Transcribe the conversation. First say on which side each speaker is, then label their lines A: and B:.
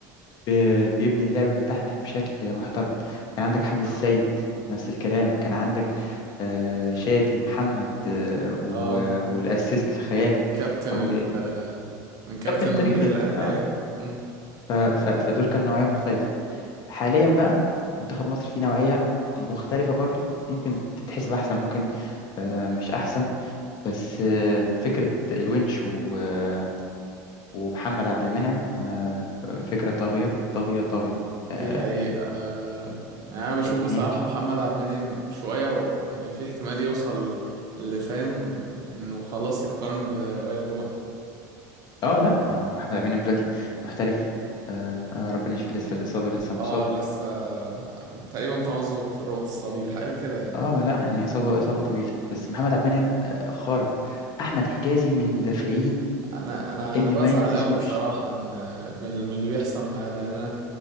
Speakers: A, on the left; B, on the right.
A: بي- بيبني اللعب من تحت بشكل محترم كان عندك
B: ايوه
A: أحمد السيد
B: فاهم
A: نفس الكلام كان عندك آه، شادي محمد آه، و-
B: اه
A: والأسيست الخيالي
B: كابتن
A: أو
B: ال من كابتن
A: كابتن
B: النادي
A: تاريخي
B: الاهلي
A: ال- اه
B: ايوه امم
A: ف- ف- فدول كانوا نوعية مختلفة حاليا بقى منتخب مصر فيه نوعية مختلفة برضو ممكن تتحسب أحسن ممكن آه، مش أحسن بس آه، فكرة الونش و- آه، ومحمد عبد المنعم آه، فكرة طاغية طاغية طاغية
B: دي
A: آه،
B: حقيقه آه، يعني انا بشوف
A: اتنين
B: بصراحه محمد عبد المنعم شويه و- يعني في احتمال يوصل لفاهم انه خلاص يتقارن بوائل جمعه
A: اه
B: فاهم
A: لا ما- ما محمد عبد المنعم دلوقتي محترف آه آه ربنا يشفيه لسه الإصابة لسه
B: اه
A: مصاب
B: لسه تقريبا تمزق في الرباط الصليبي حاجه كده يعني
A: اه لا يعني إصابة إصابة طويلة بس محمد
B: اه
A: عبد المنعم آه، خارق أحمد حجازي من المدافعين
B: انا انا
A: اللي
B: انا بزعل
A: ما يتنسوش
B: قوي بصراحه ان من من اللي بيحصل معاه ده يعني انا